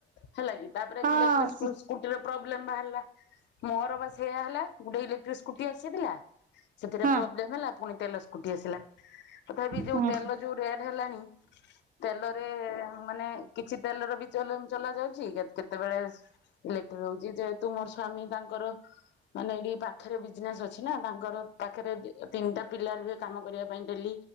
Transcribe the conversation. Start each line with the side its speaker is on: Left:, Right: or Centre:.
Left: ହେଲା କି ତାପରେ
Right: ହଁ
Left: ଇଲେକ୍ଟ୍ରିକ ସ୍କୁ
Right: ସି
Left: ସ୍କୁଟିରେ ପ୍ରୋବଲେମ ବାହାରିଲା ମୋର ବା ସେଇ ସେଇଆ ହେଲା। ଗୁଟେ ଇଲେକ୍ଟ୍ରିକ ସ୍କୁଟି ଆସିଥିଲା, ସେଥିରେ
Right: ହଁ
Left: ପ୍ରୋବଲେମ ହେଲା। ପୁଣି ତେଲ ସ୍କୁଟି ଆସିଲା। ତଥାପି ଯଉ
Right: ହଁ
Left: ତେଲ ଯଉ ରେଟ ହେଲାଣି ତେଲରେ ମାନେ କିଛି ତେଲର ବି ଚଲେ ଚଲା ଯାଉଚି, କେତେବେଳେ ଇଲେକ୍ଟ୍ର ହଉଚି ଯେହେତୁ ତୁ ମୋର ସ୍ଵାମୀ ତାଙ୍କର ମାନେ ଏଇଠି ପାଖରେ ବିଜନେସ୍ ଅଛି ନା ତାଙ୍କର ପାଖରେ ତିନିଟା ପିଲା ରୁହେ କାମ କରିବା ପାଇଁ ଡେଲି।